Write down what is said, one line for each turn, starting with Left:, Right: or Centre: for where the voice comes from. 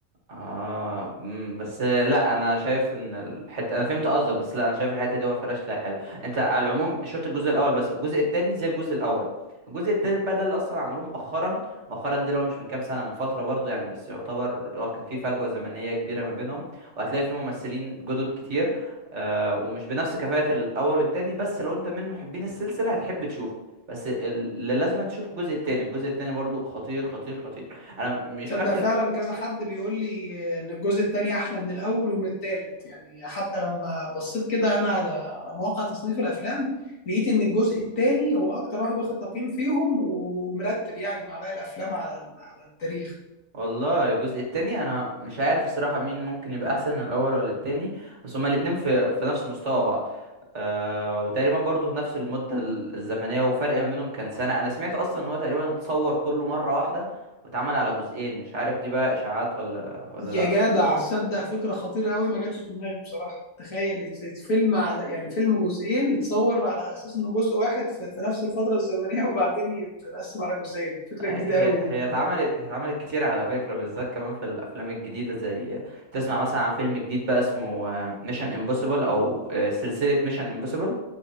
Right: اه امم بس لا انا شايف ان الحته انا فهمت قصدك بس لا انا شايف الحته دي وفراش لا حلو انت على العموم شفت الجزء الاول بس الجزء التاني زي الجزء الاول الجزء التالت بقى ده اللي اصلا عملوه مؤخرا مؤخرا ده اللي هو مش من كام سنه من فتره برضو يعني بس يعتبر هو كان في فجوه زمنيه كبيره ما بينهم وهتلاقي فيه ممثلين جدد كتير آه ومش بنفس كفاءه الاول والتاني بس لو انت من محبين السلسله هتحب تشوفه بس ال- اللي لازم تشوف الجزء التاني الجزء التاني برضو خطير خطير خطير انا مش
Left: تصدق
Right: فاكر
Left: فعلا كذا حد بيقول لي ان الجزء الثاني احلى من الاول ومن الثالث يعني حتى لما بصيت كده انا على على مواقع تصنيف الافلام لقيت ان الجزء الثاني هو اكتر واحد واخد تقييم فيهم ومرتب يعني مع باقي الافلام على على التاريخ
Right: والله الجزء التاني انا مش عارف الصراحة مين ممكن يبقى احسن الاول ولا التاني بس هما الاتنين في في نفس مستوى بعض آه وتقريبا برضو في نفس المدة ال- الزمنية وفرق ما بينهم كان سنة انا سمعت اصلا ان هو تقريبا اتصور كله مرة واحدة واتعمل على جزئين مش عارف دي بقى اشاعات ولا ولا
Left: يا
Right: لا
Left: جدع تصدق فكره خطيره قوي ما جاتش في دماغي بصراحه تخيل يت- يت- فيلم على يعني فيلم جزئين يتصور على اساس انه جزء واحد في, في نفس الفتره الزمنيه <laughs> وبعدين يتقسم على جزئين فكره
Right: هي
Left: جديده
Right: هي
Left: قوي دي
Right: هي اتعملت هي اتعملت كتير على فكرة بالذات كمان في الافلام الجديدة زي تسمع مثلا عن فيلم جديد بقى اسمه ميشن امبوسيبل او آه، سلسلة ميشن امبوسيبل.